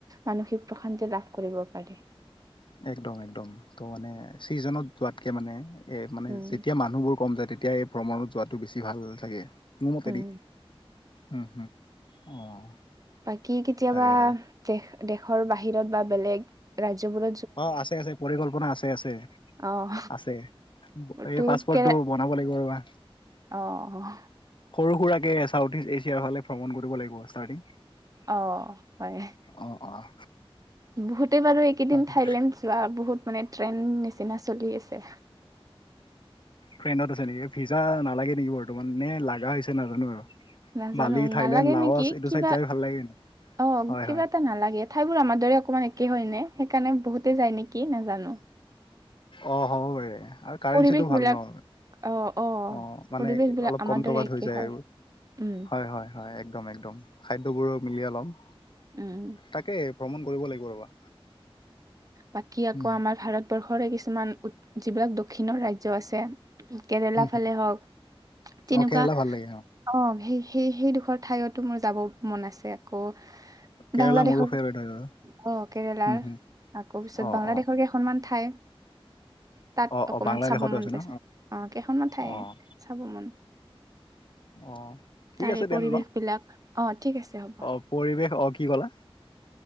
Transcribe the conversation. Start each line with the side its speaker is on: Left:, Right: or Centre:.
Right: মানসিক প্ৰশান্তি লাভ কৰিব পাৰি।
Left: একদম একদম তো মানে ছিজনত যোৱাতকে মানে এই, মানে
Right: উম,
Left: যেতিয়া মানুহবোৰ কম যায়, তেতিয়া এই ভ্ৰমণত যোৱাটো বেছি ভাল থাকে। মোৰ মুখেদি
Right: উম।
Left: উম, উম, অ'।
Right: বাকী কেতিয়াবা
Left: তাকে তাকে
Right: দেশ- দেশৰ বাহিৰত বা বেলেগ ৰাজ্যত
Left: অ', আছে, আছে পৰিকল্পনা আছে, আছে।
Right: অ',
Left: আছে, এই
Right: তোক
Left: পাছপৰ্টটো
Right: কে
Left: বনাব লাগিব ৰ'বা।
Right: অ'।
Left: সৰু সুৰাকে চাউথ ইষ্ট এছিয়াৰ ফালে ভ্ৰমণ কৰিব লাগিব ষ্টাৰ্টিং।
Right: অ', হয়,
Left: অ' অ'
Right: বহুতে বাৰু এইকেইদিন
Left: তাকে
Right: থাইলেণ্ড যোৱা বহুত মানে ট্ৰেন নিচিনা চলি আছে।
Left: ট্ৰেইন আছে নেকিভ, ফিজা নালাগে নেকি বৰ্তমান, নে লগা হৈছে নাজানো আৰু।
Right: নাজানো
Left: বালি থাইলেণ্ড
Right: নালাগে
Left: লাৱছ
Right: নেকি,
Left: এইটো
Right: কিবা
Left: চাইড যাই ভাল লাগে কিন্তু।
Right: অ',
Left: হয়
Right: কিবা
Left: হয়
Right: এটা নালাগে। ঠাইবোৰ আমাৰ দৰে অকণমান একেই হয়নে, সেইকাৰণে বহুতে যায় নেকি নাজানো।
Left: অ', হ'ব পাৰে। কাৰেঞ্চিটো
Right: পৰিৱেশ
Left: ভাল
Right: বিলাক
Left: ন,
Right: অ',
Left: অ', মানে
Right: পৰিৱেশ বিলাক
Left: অলপ
Right: আমাৰ
Left: কম
Right: দৰে
Left: টকাত
Right: একে
Left: হৈ যায়
Right: হয়
Left: আৰু।
Right: উম,
Left: হয়, হয়, হয় একদম একদম খাদ্যবোৰো মিলিয়ে ল'ম।
Right: উম।
Left: তাকে ভ্ৰমণ কৰিব লাগিব ৰ'বা।
Right: বাকী আকৌ
Left: উম
Right: আমাৰ ভাৰতবৰ্ষৰে কিছুমান উ-যিবিলাক দক্ষিণৰ ৰাজ্যৰ আছে। কেৰেলা
Left: হুম
Right: ফালে
Left: হুম
Right: হওঁক তেনেকুৱা
Left: অ' কেৰেলা
Right: অ',
Left: ভাল লাগে
Right: সেই, সেই 'সেই দুখৰ ঠাইতো মোৰ যাব মন আছে আকৌ।
Left: কেৰেলা
Right: বাংলাদেশৰ
Left: মোৰো ফেভৰেট
Right: অ',
Left: হয় বাৰু।
Right: কেৰেলাৰ
Left: উম হুম
Right: আকৌ পিছত
Left: অ'
Right: বাংলাদেশৰ
Left: অ'
Right: কেইখনমান ঠাই তাত
Left: অ'
Right: অকমান
Left: অ' বাংলাদেশতো
Right: চাব মনটো
Left: ন
Right: আছে, অ', কেইখনমান ঠাই
Left: অ'
Right: চাব মন
Left: অ'। ঠিক
Right: তাৰে
Left: আছে দেন
Right: পৰিৱেশ
Left: ন
Right: বিলাক অ', ঠিক আছে হ'ব।
Left: অ' পৰিৱেশ অ', কি কলা?